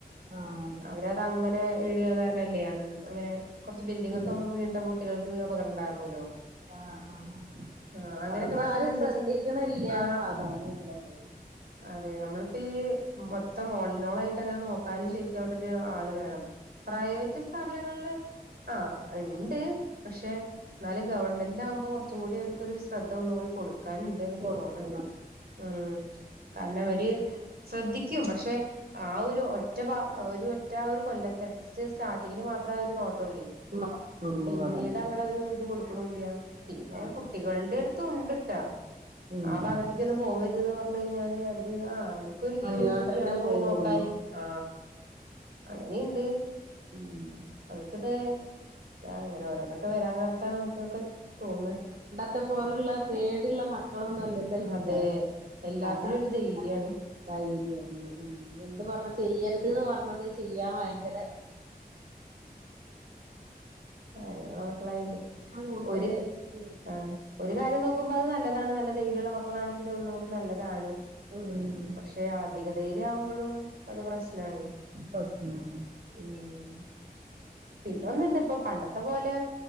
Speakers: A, on the right; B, on the right.
A: ആഹ് അതെ
B: അവരഅത അങ്ങനെ ഇടുക കാരനല്ലേ അങ്ങനെ കൊറച്ച് ബിൽഡിങ്ങ്
A: ഉം
B: ഒക്കെ വീണിട്ട് കുട്ടികൾക്ക് അപകടം ഉണ്ടാരുന്നല്ലോ
A: ആഹ് ആഹ്
B: ആ അങ്ങനെയൊക്കെ
A: അതൊന്നും
B: പെട്ടെന്ന്ണ്ടച്ചെങ്കിൽ
A: ആരും ശ്രദ്ധിക്കണില്ല
B: ആ
A: അതാണ്ള്ളത്
B: അതെ നമ്മ ഇപ്പ മൊത്തം ഓളിന്നോളായിട്ട് അങ്ങനെ നോക്കാനും ശരിക്കും അവിടെ ഒരു ആള് വേണം പ്രൈവറ്റ് സ്ഥാപനങ്ങളില് ആഹ് ണ്ട് പക്ഷെ എന്നാലും ഗവൺമെന്റിൽ ആകുമ്പോൾ കുറച്ചും കൂടി ഒരു ഒരു ശ്രദ്ധ ഒന്നുകൂടി കൊടു ക്കാനുണ്ട്ന്ന് ക്ക്
A: കൊടുക്കണം
B: തോന്നണ്ട് ഉം കാരണം അവര് ശ്രദ്ധിക്കും പക്ഷെ ആ ഒരു ഒറ്റ ഒരു ഒറ്റ ആ ഒരു കൊല്ല ഫസ്റ്റ് സ്റ്റാർട്ടിങ്ങന് മാത്ര ഒരു നോട്ടുള്ളി
A: മാത്രള്ളൂ
B: പിന്നീട്
A: അതന്നെ
B: അങ്ങടെ ഒര് ഇത് കൊടുക്ക ഇപ്പളൂല്ല. പിന്നെ
A: ആഹ്
B: കുട്ട് രണ്ടെടത്തും ഉണ്ട്ട്ടാ
A: ഉം
B: ആ ഭാഗത്തേക്കൊന്നും പോവര്ത് ന്ന് പറ ണ് കിഞ്ഞാല് അവ ആഹ് അവർക്കൊര് ക്യുരൊസിറ്റി
A: അങ്ങോട്ടന്നെ
B: അവിടെ പോയി
A: പോവുള്ളു
B: നോക്കാന് ആ അങ്ങനെയുണ്ട്
A: ഉം
B: അവർക്കത് അങ്ങനെ ഓരോ ഒക്കെ വരാൻ കാലത്താണ് നമക്ക്ക്കെ തോന്നാ
A: ത്തെ പോലുള്ള പേടിയ്ള്ള മക്ക് മക്കളൊന്നും അല്ലല്ലോ ഇപ്പാ
B: അതെ എല്ലാത്തിനും
A: അതാ
B: ഒരു
A: <unintelligible>
B: ധൈര്യാണ്
A: ധൈര്യാണ് ഉം എന്ത് പറഞ്ഞാ ചെയ്യരു ണ്ട്ന്ന് പറഞ്ഞത് ചെയ്യാൻ ഭയങ്കര
B: ആ അങ്ങനെയുള്ള മക്കളായോണ്ട്
A: കൂടുതല്
B: ഒരു
A: ഉം
B: ആഹ് ഒരു കാര്യം നോക്കുമ്പോ അത് നല്ലതാണ് നല്ല ധൈര്യള്ള മക്കളാണെങ്കില് ഒന്നൂടി നല്ലതാണ്
A: ഉം
B: പക്ഷെ അധിക ധൈര്യ ആവുമ്പോഴും അത് പ്രശ്നാണേ
A: പ്രശ്നാണ്
B: ഉം പിന്നെ ഒന്ന് ഇണ്ട് പണ്ടത്തെ പോലെ